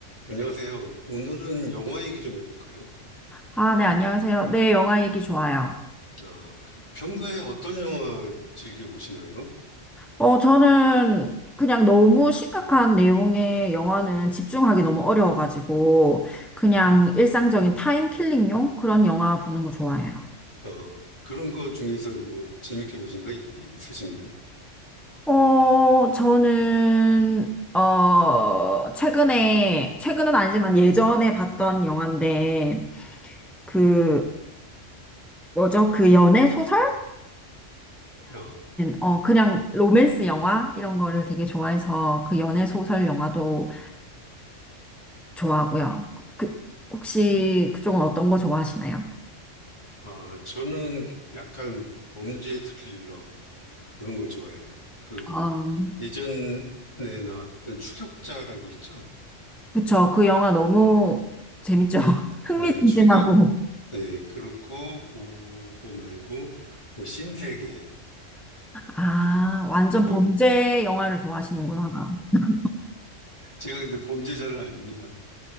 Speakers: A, on the left; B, in the centre.
A: 안녕하세요. 오늘은 영화 얘기 좀 해볼까요?
B: 아, 네, 안녕하세요. 네, 영화 얘기 좋아요.
A: 아, 그 평소에 어떤 영화 즐겨 보시나요?
B: 어, 저는 그냥 너무 심각한 내용의 영화는 집중하기 너무 어려워가지고, 그냥 일상적인 타임킬링용 그런 영화 보는 거 좋아해요.
A: 어, 그런 거 중에서 뭐 재밌게 보신 거 있- 있으신가요?
B: 어, 저는, 어, 최근에, 최근은 아니지만 예전에 봤던 영화인데, 그, 뭐죠? 그 연애 소설이라는,
A: 아,
B: 어, 그냥 로맨스 영화? 이런 거를 되게 좋아해서 그 연애 소설 영화도 좋아하고요. 그, 혹시 그쪽은 어떤 거 좋아하시나요?
A: 아, 저는 약간 범죄 스릴러 그런 거 좋아해요. 그
B: 음,
A: 예전에 나왔던 추격자라고 있죠?
B: 그쵸. 그 영화 너무 재밌죠. <laughs> 흥미진진하고.
A: 네, 추격, 네, 그렇고 그거 말고 뭐 신세계
B: 아, 완전
A: 뭐
B: 범죄 영화를 좋아하시는구나. <laughs>
A: 제가 근데 범죄자를 아닙니다.